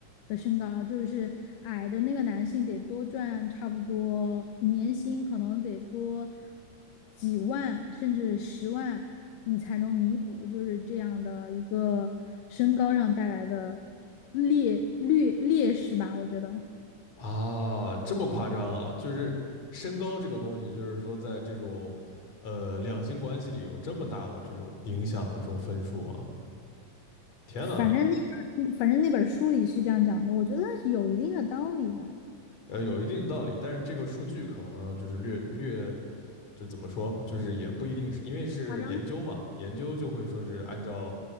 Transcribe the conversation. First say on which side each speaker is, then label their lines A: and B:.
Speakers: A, on the left; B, on the left.
A: 的身高，就是矮的那个男性得多赚差不多年薪可能得多几万甚至十万，你才能弥补就是这样的一个身高上带来的劣劣劣势吧，我觉得。
B: 啊，这么夸张啊，就是身高这个东西，就是说在这种呃两性关系里有这么大的这种影响的这种分数啊，天呐！
A: 反正那本反正那本书里是这样讲的，我觉得有一定的道理吧。
B: 呃，有一定道理，但是这个数据可能就是略略，就怎么说，就是也不一定是因为是研究嘛，
A: 夸张
B: 研究就会说是按照